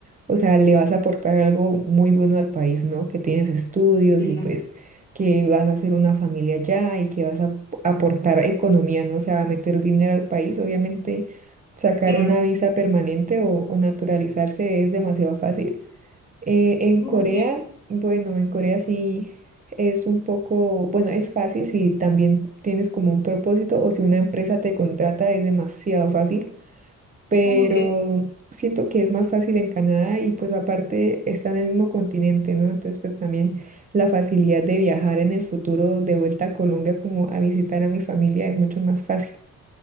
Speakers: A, on the right; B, on the left.
A: o sea, le vas a aportar algo muy bueno al país, ¿no? Que tienes estudios
B: Claro,
A: y pues que vas a hacer una familia allá y que vas a aportar economía, ¿no? O sea, a meter dinero al país, obviamente sacar
B: claro.
A: una visa permanente o, o naturalizarse es demasiado fácil. Eh, en
B: Oh,
A: Corea,
B: ok.
A: bueno, en Corea sí es un poco, bueno, es fácil si también tienes como un propósito o si una empresa te contrata es demasiado fácil, pero
B: Oh, ok.
A: siento que es más fácil en Canadá y pues aparte está en el mismo continente, ¿no? Entonces pues también la facilidad de viajar en el futuro de vuelta a Colombia como a visitar a mi familia es mucho más fácil.